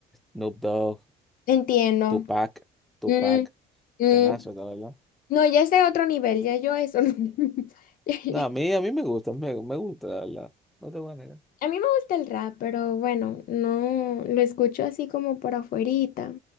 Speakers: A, in the centre; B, on the left.
A: Snoop Dogg,
B: Entiendo.
A: Tupac, Tupac,
B: Mm, mm.
A: temazo, la verdad.
B: No, ya es de otro nivel, ya yo eso no. <laughs> Ya- ya-
A: No, a mí, a mí me gusta, me, me gusta, la verdad. No te voy a negar.
B: A mí me gusta el rap, pero bueno, no lo escucho así como por afuerita.